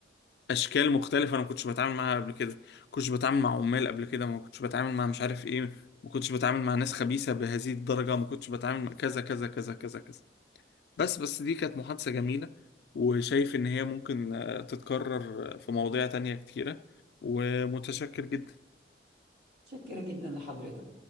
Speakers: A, on the left; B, on the right.
A: اشكال مختلفه انا ما كنتش بتعامل معاها قبل كده ما كنتش بتعامل مع عمال قبل كده ما كنتش بتعامل مع مش عارف ايه ما كنتش بتعامل مع ناس خبيثه بهذه الدرجه ما كنتش بتعامل مع كذا كذا كذا كذا كذا بس بس دي كانت محادثه جميله وشايف ان هي ممكن آه، تتكرر في مواضيع تانية كتيره ومتشكر جدا
B: متشكره جدا لحضرتك